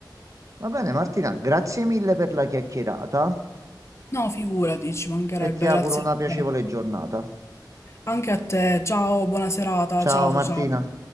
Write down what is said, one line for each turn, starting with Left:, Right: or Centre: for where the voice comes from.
Right: Va bene, Martina, grazie mille per la chiacchierata.
Left: No, figurati, ci mancherebbe,
Right: e ti auguro
Left: grazie
Right: una
Left: a
Right: piacevole
Left: te.
Right: giornata.
Left: Anche a te. Ciao, buona serata.
Right: Ciao
Left: Ciao, ciao,
Right: Martina.
Left: ciao.